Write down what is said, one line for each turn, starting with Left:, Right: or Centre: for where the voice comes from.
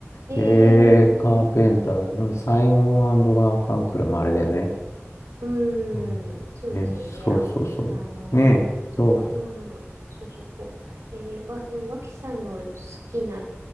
Right: ー、えー、
Left: えー、カーペンター、うん、サイモンガーファンクルもあれだよね。
Right: うーん、
Left: うんね、
Right: そうですよね。
Left: そうそうそう。
Right: アメリカの。
Left: ねえ、そう。
Right: うん、そうそう、こう。えー、あ、でも、脇さんの好きな